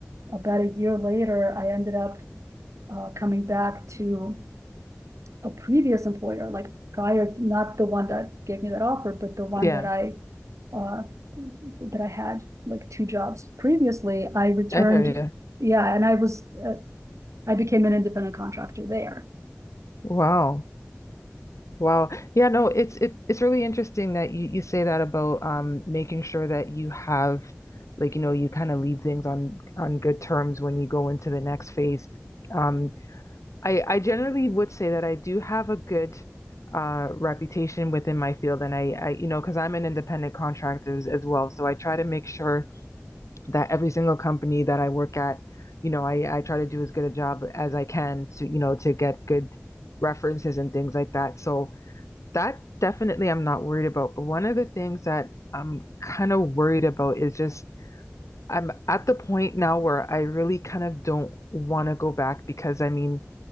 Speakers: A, on the right; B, on the left.
A: about a year later, I ended up uh, coming back to a previous employer, like prior, not the one that gave me that offer, but the one
B: Yeah,
A: that I uh that I had like two jobs previously, I returned,
B: I hear you.
A: yeah, and I was uh, I became an independent contractor there.
B: Wow. Wow. Yeah, no, it's it, it's really interesting that you, you say that about um making sure that you have like, you know, you kind of leave things on on good terms when you go into the next phase. Um, I I generally would say that I do have a good uh reputation within my field and I I you know, because I'm an independent contractor as, as well, so I try to make sure that every single company that I work at, you know, I, I try to do as good a job as I can to, you know, to get good references and things like that. So that definitely I'm not worried about. But one of the things that I'm kind of worried about is just I'm at the point now where I really kind of don't want to go back because I mean,